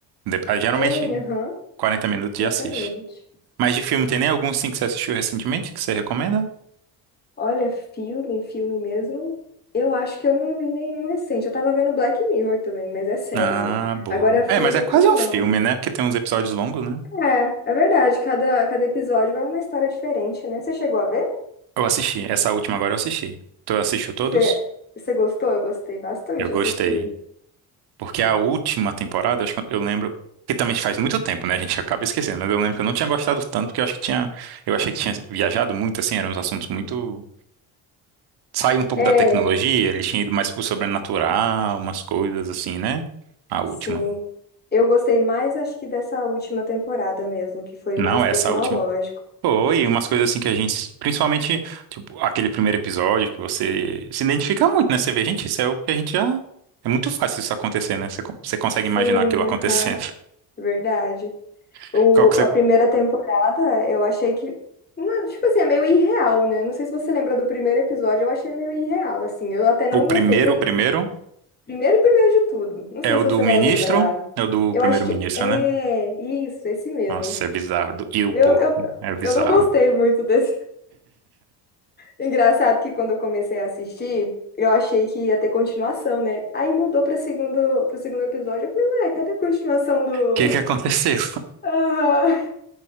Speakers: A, on the right; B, on the left.
A: de- ah, Geralmente
B: Sim, aham,
A: quarenta minutos
B: exatamente.
A: já assiste. Mas de filme, tem nem algum sim que você assistiu recentemente que você recomenda?
B: Olha, filme, filme mesmo. Eu acho que eu não vi nenhum recente. Eu tava vendo Black Mirror também, mas é série,
A: Ah,
B: né?
A: boa.
B: Agora filme,
A: É, mas é quase
B: filme
A: um filme,
B: não.
A: né? Porque tem uns episódios longos, né?
B: É, é verdade, cada, cada episódio é uma história diferente, né? Você chegou a ver?
A: Eu assisti. Essa última agora eu assisti. Tu assistiu todos?
B: Você você gostou? Eu gostei bastante,
A: Eu gostei.
B: assisti.
A: Porque a última temporada, acho que eu lembro. Que também faz muito tempo, né? A gente acaba esquecendo. Mas eu lembro que eu não tinha gostado tanto, porque eu acho que tinha. Eu achei que tinha viajado muito, assim, eram uns assuntos muito. saiu um pouco
B: É,
A: da tecnologia, ele tinha ido mais pro sobrenatural, umas coisas assim, né? A última.
B: Sim. Eu gostei mais, acho que dessa última temporada mesmo, que foi
A: Não,
B: mais
A: essa
B: tecnológico.
A: última. Foi, umas coisas assim que a gente, principalmente, tipo, aquele primeiro episódio que você se identifica muito, né? Você vê, gente, isso é o que a gente já. É muito fácil isso acontecer, né? Você, con- você consegue
B: Sim,
A: imaginar aquilo acontecendo.
B: aham, verdade.
A: <laughs>
B: O,
A: Qual que você...
B: a primeira temporada, eu achei que, não, tipo assim, é meio irreal, né? Não sei se você lembra do primeiro episódio, eu achei meio irreal, assim. Eu até não
A: O
B: gostei.
A: primeiro,
B: Tem,
A: o primeiro
B: primeiro, primeiro de tudo. Não
A: é
B: sei
A: o
B: se
A: do
B: você
A: ministro,
B: vai lembrar.
A: é o do
B: Eu
A: primeiro-ministro,
B: acho que é
A: né?
B: isso, esse mesmo.
A: Nossa, é bizarro. Do- E o
B: Eu,
A: porco,
B: eu,
A: é bizarro.
B: eu não gostei
A: O
B: muito desse. Engraçado que quando eu comecei a assistir, eu achei que ia ter continuação, né? Aí mudou para segundo, para segundo episódio. Eu falei, ué, cadê a continuação do.
A: que que aconteceu?
B: <laughs> Aham.